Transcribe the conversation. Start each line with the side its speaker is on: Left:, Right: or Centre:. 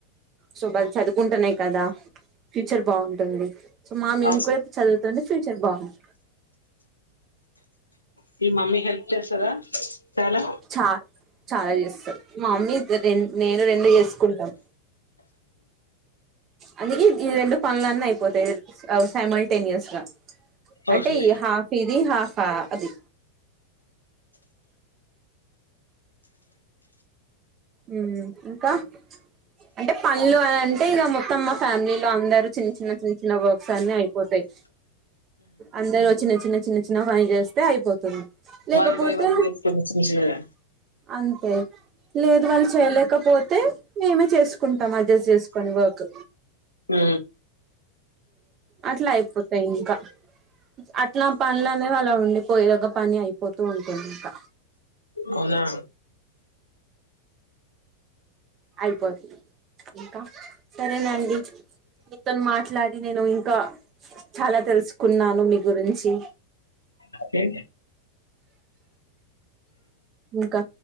Right: సో బళ్ చదువుకుంటనే కదా ఫ్యూచర్ బావుంటుంది సో మా మేం
Left: అవును
Right: కూడా చదువుతుంటే‌ ఫ్యూచర్ బాగుంది
Left: మీ మమ్మీ హెల్ప్ చేస్తదా చాలా
Right: చా చాలా చేస్తాది మా మమ్మీ దదెన్ నేను రెండు చేస్ కుంటం అందుకే ఈ రెండు పనులన్నీ అయిపోతాయి అ సైమల్టేనియస్గా
Left: ఓకే
Right: అంటే ఈ హాఫ్ ఇది హాఫ్. హ అది మ్మ్ ఇంకా అంటే పన్లు అనన్ టెగామ తమ్మ ఫ్యామిలీలో అందరు చిన్న చిన్న చిన్న చిన్న వర్క్స్ అన్ని అయిపోతాయి అందరు చిన్న చిన్న చిన్న చిన్న పని చేస్ తే అయిపోతుంది లేకపోతే
Left: వన్ బై వన్ చేసుకొనె చిన్న చిన్నగా
Right: అంతే లేదు వాళ్ళు చేయలేకపోతే మేమే చేసుకుంటాం అడ్జస్ట్ చేసుకొని వర్క్
Left: మ్
Right: అట్లా అయిపోతాయి ఇంకా అట్లా పనులనేవి అలా ఉండిపోయే ఓక పని అయిపోతూ ఉంటుంది ఇంకా
Left: అవునా
Right: అయిపోతు ఇంకా సరేనండి ఇతను మాట్లాడి నేను ఇ ఖా చాలా తెలుసుకున్నాను మీ గురించి
Left: అ ఏ
Right: ఇంకా